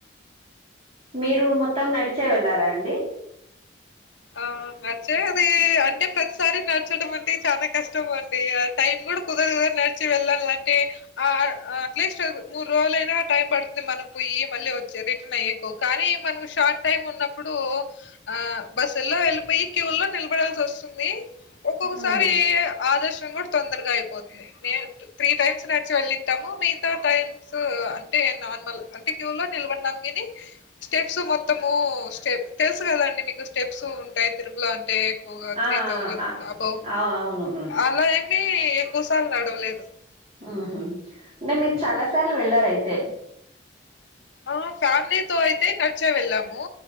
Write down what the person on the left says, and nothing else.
ఆ నడ్చేది అంటే ప్రతిసారి నడచడం అంటే చానా కష్టం అ ండి టైమ్ కూడా కుదరదు నడిచి వెళ్ళాలంటే ఆ అట్లీస్ట్ మూడు రోజులైనా టైం పడుతుంది మనం పొయ్యి మళ్ళీ వచ్చే రిటర్న్ అయ్యేకు. కానీ మనకు షార్ట్ టైమ్ ఉన్నప్పుడు ఆ బస్సుల్లో వెళ్ళిపోయి క్యూల్లో నిలబడాల్సి వస్తుంది ఒక్కొక్కసారి
ఆదర్శనం కూడా తొందరగా అయిపోతుంది, మేం త్రీ టైమ్స్ నడిచి వెళ్ళింటాము మిగితా టైం సో అంటే నార్మల్ అంటే క్యూ లో నిలబడినాం కని స్టెప్స్ మొత్తము స్టెప్ తెలుసు కదండి మీకు స్టెప్స్ ఉంటయి తిరుమలా అంటే ఎక్కువగా
త్రీ థౌజండ్
అబౌవ్
అలా ఎం కనీ ఎక్కువ సార్లు నడవలేదు.
ఆ ఫ్యామిలీతో అయితే నడిచే వెళ్ళాము